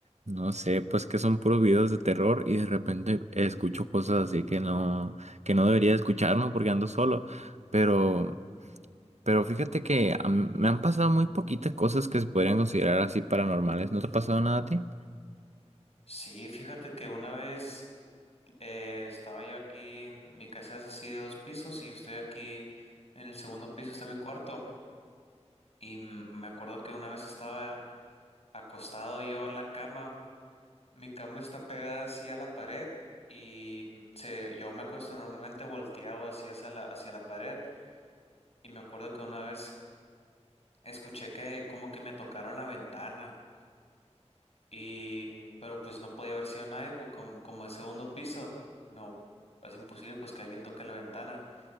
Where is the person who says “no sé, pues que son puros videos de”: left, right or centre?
Right